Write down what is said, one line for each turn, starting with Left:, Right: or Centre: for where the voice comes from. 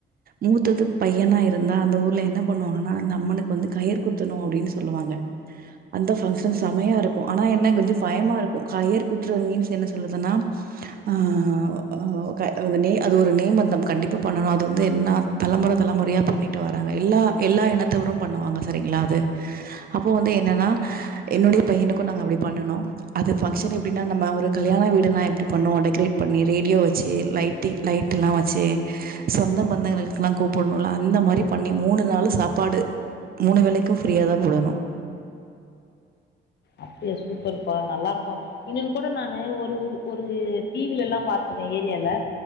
Right: மூத்தது பையனா இருந்தா அந்த ஊர்ல என்ன பண்ணுவாங்கன்னா அந்த அம்மனுக்கு வந்து கயர் குத்தணு அப்டின்னு சொல்லுவாங்க அந்த ஃபங்ஷன் செமையா இருக்கு ஆனா என்ன கொஞ்ச பயமா இருக்கும் கயர் குத்துறது மீன்ஸ் என்ன சொல்றதுன்னா ஆ ஆ க அது நே அது ஒரு நேம்பந்தம் கண்டிப்பா பண்ணணு அது வந்து என்ன தலமுறை தலமுறையா பண்ணிட்டு வராங்க எல்லா எல்லா இனத்தவரு பண்ணுவாங்க சரிங்களா அது அப்போ வந்து என்னென்னா என்னுடைய பையனுக்கு நாங்க அப்டி பண்ணுணோம் அது ஃபங்க்ஷன் எப்டினா நம்ம ஒரு கல்யாண வீடுனா எப்டி பண்ணுவோம் டெக்ரேட் பண்ணி ரேடியோ வச் ச்சு லைட்டி லைட்டெல்லா வச்சு சொந்த பந்தங்களுக்கெல்லா கூப்புடணுல்ல அந்த மாரி பண்ணி மூணு நாளு சாப்பாடு மூணு வேளைக்கும் ஃப்ரீயாதா போடணு
Left: அ சூப்பர்ப்பா நல்லா இருக்கும் இன்னொன்னு கூட நானு ஒரு ஒரு டிவிலலாம் பாத்திருக்கேன் ஏரியால